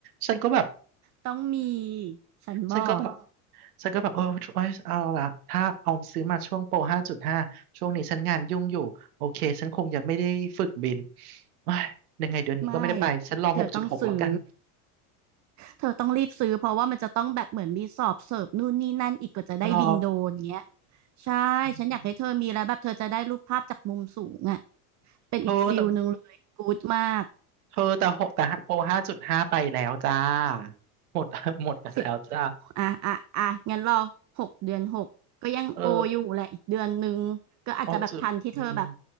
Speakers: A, on the right; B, on the right.
A: ฉันก็แบบ
B: ต้องมี ฉันบอก
A: <sighs> ฉันก็แบบ ฉันก็แบบเออเอ้ยเอาละถ้าเอาซื้อมาช่วงโปร5.5ช่วงนี้ฉันงานยุ่งอยู่โอเคฉันคงจะไม่ได้ฝึกบินเอ้ยยังไงเดือนนี้ก็ไม่ได้ไปฉันรอ6.6แล้วกัน
B: ไม่ เธอต้องซื้อเธอต้องรีบซื้อเพราะว่ามันจะต้องแบบเหมือนมีสอบเสิร์ฟนู่นนี่นั่นอีกกว่าจะได้บินโดรนเงี้ย
A: หรอ
B: ใช่
A: อืม
B: ฉันอยากให้เธอมีแล้วแบบเธอจะได้รูปภาพจากมุมสูงอ่ะเป็นอีกฟิลหนึ่งเลยกู๊ดมาก
A: เธอแต่เธอแต่หกแต่โปรห้าจุดห้าไปแล้วจ้าหมด <laughs> หมดไปแล้วจ้า
B: สิบอ่ะอ่ะอ่ะงั้นรอหกเดือนหกก็ยังโออยู่แหละอีกเดือนนึงก็อาจจะแบบทันที่เธอแบบ
A: เออหกจุดอืม